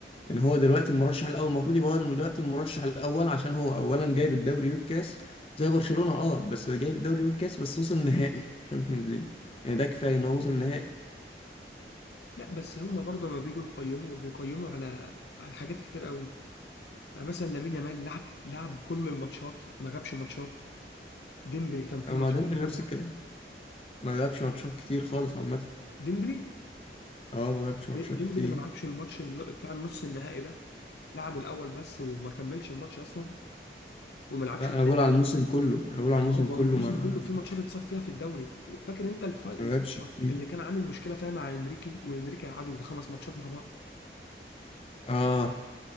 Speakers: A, on the left (about 30°); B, on the left (about 70°).
A: ان هو دلوقتي المرشح الاول المفروض يبقى هو دلوقتي المرشح الاول عشان هو اولا جايب الدوري والكاس زي برشلونة اه بس جايب الدوري والكاس بس وصل نهائي شامبيونز ليج يعني ده كفاية ان هو وصل نهائي
B: لا بس هم برضه لما بيجوا يقيموا بيقيموا على على حاجات كتير قوي يعني مثلا لامين يامال لعب لعب كل الماتشات ما غابش ماتشات ديمبلي كان في
A: ما
B: ماتشات
A: ديمبلي
B: بيغيبها
A: نفس الكلام ما لعبش ماتشات كتير خالص عامة
B: ديمبلي
A: اه ما لعبش
B: دي-
A: ماتشات
B: ديمبلي
A: كتير
B: ما لعبش الماتش ال- بتاع النص النهائي ده لعب الاول بس وما كملش الماتش اصلا وما لعبش
A: لا
B: التاني
A: انا بقول على الموسم كله انا بقول على الموسم
B: ما هو ما
A: كله
B: هو الموسم
A: ما ما
B: كله في ماتشات
A: لعبش
B: اتصف فيها في الدوري فاكر انت الف... الفتره
A: ما لعبش كتير
B: اللي كان عامل مشكله فيها مع انريكي وانريكي قعدوا يجي خمس ماتشات مع بعض
A: اه